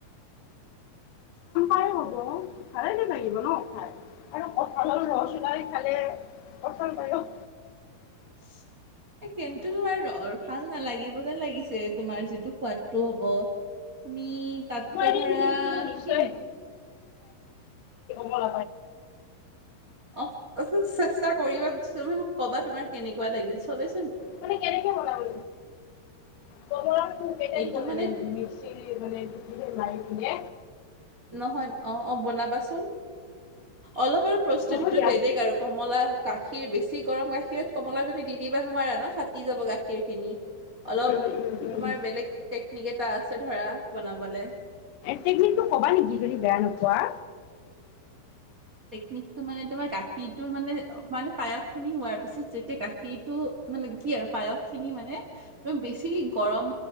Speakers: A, on the right (about 85°); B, on the left (about 85°).
A: <inaudible>
B: খ হ'ব খাল লাগিব ন খাই আৰু কঁঠাল হল ৰহগোলাই খালে কঁঠাল পায়স
A: <inaudible> কিন্তু তোমাৰ ভাল নালাগিবিব যে লাগিছে তোমাৰ যিটো সোৱাদটো হব তুমি তাতকৈ
B: মই এদিন
A: ধৰা
B: কিন্তু মই নিশ্চয়
A: কি
B: বল
A: অ' চেষ্টা কৰিবা তুমি মোক কবা তুমাৰ কেনেকুৱা লাগিল চবে
B: মান কেনেকে বনাবা কমলত কেইটা
A: এইটো
B: দিব লাগে
A: মানে
B: নেকি মিক্সি মানে মাৰি পিনে।
A: নহয় অ অ বনাবাচোন অলপ আৰু প্ৰস্তুতিটো
B: হ'ব দিয়া।
A: বেলেগ আৰু কমলা। গাখীৰ বেছি গৰম গাখীৰত কমলা তুমি দি দিবা নোৱাৰা ন ফাটি যাব গাখীৰ খিনি অলপ
B: উম উম উম
A: তোমাৰ বেলেগ টেকনিক এটা আছে ধৰা বনাবলে।
B: টেকনিকটো কবা নেকি যদি বেয়া নোপোৱা
A: টেকনিকটো মানে তোমাৰ গাখীৰটোৰ মানে মানে পায়স খিনি হোৱাৰ পিছত যেতিয়া গাখীৰটো মানে কি আৰু পায়স খিনি মানে এক বেছি গৰম